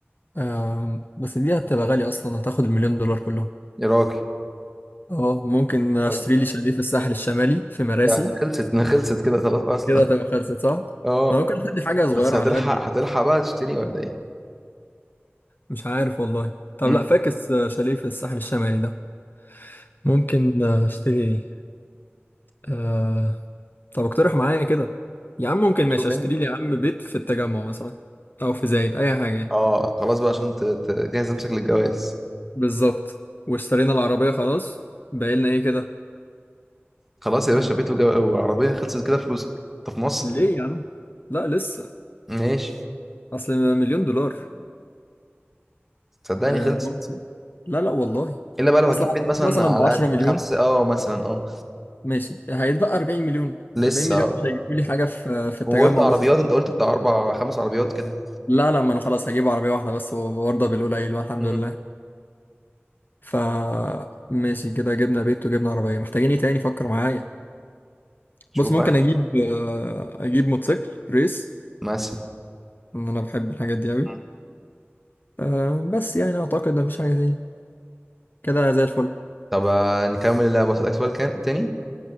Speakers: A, on the left (about 50°); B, in the centre.
A: آم، بس دي هتبقى غالية أصلا هتاخد المليون دولار كلهم
B: يا راجل
A: اه ممكن اشتري
B: طيب.
A: لي شاليه في الساحل الشمالي في مراسي
B: ده ده خلصت ده خلصت كده خلاص اصلا
A: كده تبقى
B: <laughs>
A: خلصت صح؟
B: اه
A: ما ممكن ادي حاجة صغيرة
B: بس هتلحق
A: على قدي كده.
B: هتلحق بقى تشتري ولا ايه
A: مش عارف والله طب
B: امم
A: لا فاكس آه، شاليه في الساحل الشمالي ده ممكن آه، اشتري ايه؟ آه... طب اقترح معايا كده يا عم ممكن ماشي
B: شوف
A: اشتري
B: انت
A: لي يا عم بيت في التجمع مثلا او في زايد اي حاجة يعني
B: اه خلاص بقى عشان ت- تجهز نفسك للجواز
A: بالظبط واشترينا العربية خلاص باقي لنا ايه كده؟
B: خلاص يا باشا
A: آه...
B: بيت وجا- وعربية خلصت كده فلوسك انت في مصر
A: ليه يا عم؟ لا لسه
B: ماشي
A: اصل مليون دولار
B: صدقني
A: آه
B: خلصت
A: ممكن لا لا والله
B: الا بقى لو
A: اصل
B: هتجيب
A: أعتقد
B: بيت مثلا
A: مثلا
B: على
A: ب 10
B: قد
A: مليون
B: خمسة اه مثلا اه
A: ماشي هيتبقى 40 مليون
B: لسه
A: 40 مليون
B: آه.
A: مش هيجيبوا لي حاجه في في
B: وقلت
A: التجمع
B: عربيات
A: مثلا
B: انت قلت بتاع اربع خمس عربيات كده
A: لا لا ما انا خلاص هجيب عربيه واحده بس وارضى بالقليل والحمد
B: مم.
A: لله ف ماشي كده جبنا بيت وجبنا عربيه محتاجين ايه تاني فكر معايا
B: شوف
A: بص ممكن
B: بقى انت
A: اجيب آه، اجيب موتوسيكل ريس
B: مثلا
A: ان انا بحب الحاجات دي قوي
B: مم.
A: أه بس يعني اعتقد مفيش حاجه تاني كده زي الفل
B: طب آه، نكمل اللعبة اسألك سؤال كان تاني